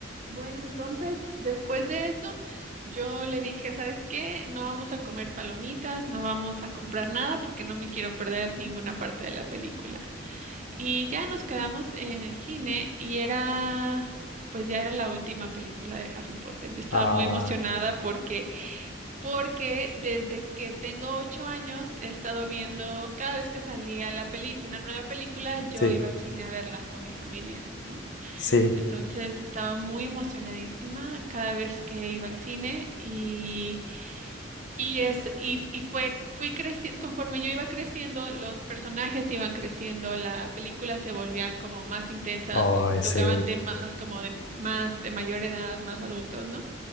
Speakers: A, on the right; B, on the left.
A: Bueno, entonces, después de esto, yo le dije, ¿sabes qué? No vamos a comer palomitas, no vamos a comprar nada porque no me quiero perder ninguna parte de la película. Y ya nos quedamos en el cine y era, pues ya era la última película de Harry Potter. Yo estaba
B: Ah,
A: muy emocionada porque, porque desde que tengo ocho años he estado viendo, cada vez que salía la película, una nueva película, yo
B: sí,
A: iba al cine a verla con mi familia, ¿no?
B: sí,
A: Entonces estaba muy emocionadísima cada vez que iba al cine y, y es, y, y fue, fui creciendo, conforme yo iba creciendo, los personajes iban creciendo, la película se volvían como más intensas,
B: ay,
A: to- tocaban
B: sí,
A: temas como de más, de mayor edad, más adultos, ¿no?